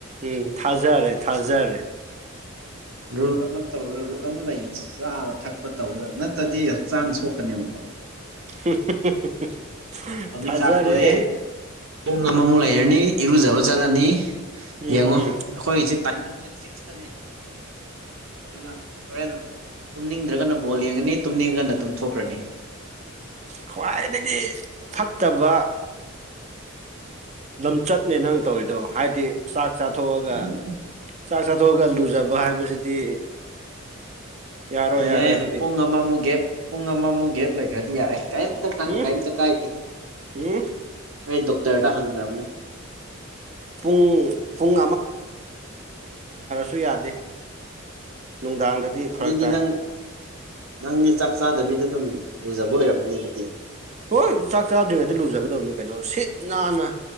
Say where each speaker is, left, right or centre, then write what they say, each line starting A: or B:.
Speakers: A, on the right; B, on the right.
A: ꯎꯝ ꯊꯥꯖꯥꯔꯦ ꯊꯥꯖꯥꯔꯦ
B: ꯔꯨꯜ ꯑꯃ ꯇꯧꯔ ꯔꯨꯜ ꯑꯃ ꯂꯩꯅ ꯆꯥꯕ ꯊꯛꯄ ꯇꯧꯗꯕ ꯅꯠꯇ꯭ꯔꯗꯤ ꯍꯛꯆꯥꯡ ꯁꯣꯛꯀꯅꯦꯕꯀꯣ
A: <unintelligible>
B: ꯍꯧꯖꯤꯛ
A: ꯊꯖꯥꯔꯦ
B: ꯆꯥꯛ ꯇꯣꯛꯑꯦ ꯄꯨꯡ ꯑꯃꯃꯨꯛ ꯂꯩꯔꯅꯤ ꯏꯔꯨꯖꯕ ꯆꯠꯂꯅꯤ
A: ꯎꯝ
B: ꯌꯦꯡꯉꯣ
A: ꯎꯝ
B: ꯑꯩꯈꯣꯏꯒꯤꯆꯤꯠ ꯇꯥꯏꯃꯤꯡꯁꯦ ꯐꯤꯛꯁꯇꯅꯦ ꯑꯗꯨꯅ ꯍꯣꯔꯦꯟ ꯇꯨꯝꯅꯤꯡꯗ꯭ꯔꯒꯅ ꯕꯣꯜ ꯌꯦꯡꯉꯅꯤ ꯇꯨꯝꯅꯤꯡꯉꯒꯅ ꯇꯨꯝꯊꯣꯛꯈ꯭ꯔꯅꯤ
A: ꯈ꯭ꯋꯥꯏꯗꯒꯤ ꯐꯠꯇꯕ ꯂꯝꯆꯠꯅꯦ ꯅꯪ ꯇꯧꯔꯤꯗꯣ ꯍꯥꯏꯗꯤ ꯆꯥꯛ ꯆꯥꯊꯣꯛꯑꯒ
B: ꯎꯝ
A: ꯆꯥꯛ ꯆꯥꯊꯣꯛꯑꯒ ꯂꯨꯖꯕ ꯍꯥꯏꯕꯁꯤꯗꯤ ꯌꯥꯔꯣꯏ ꯌꯥꯔꯣꯏ
B: ꯑꯦ
A: ꯑꯗꯨꯗꯤ
B: ꯄꯨꯡ ꯑꯃꯃꯨꯛ ꯒꯦꯞ ꯄꯨꯡ ꯑꯃꯃꯨꯛ ꯒꯦꯞ ꯂꯩꯈ꯭ꯔꯗꯤ ꯌꯥꯔꯦ ꯀꯩꯝꯇ ꯀ
A: ꯎꯝ
B: ꯀꯩꯝꯇ ꯀꯥꯏꯗꯦ
A: ꯎꯝ
B: ꯑꯩ ꯗꯣꯛ ꯇꫪꯗ ꯍꯪꯈ꯭ꯔꯕꯅꯤ
A: ꯄꯨꯡ ꯄꯨꯡ ꯨꯇꯨ ꯌꯥꯗꯦ ꯅꯨꯡꯗꯥꯡꯗꯗꯤ ꯐꯔꯛ
B: ꯑꯗꯨꯗꯤ
A: ꯇꯥꯏ
B: ꯅꯪ ꯅꯪꯗꯤ ꯆꯥꯛ ꯆꯥꯗꯕꯤꯗ ꯑꯗꯨꯝ ꯂꯨꯖꯕ ꯑꯣꯏꯔꯕꯅꯦ ꯑꯗꯨꯗꯤ
A: ꯍꯣꯏ ꯆꯥꯛ ꯆꯥꯗ꯭ꯔꯤꯉꯩꯗ ꯂꯨꯖꯒꯗꯕꯅꯤ ꯀꯩꯅꯣ ꯁꯤꯠ ꯅꯥꯟꯅ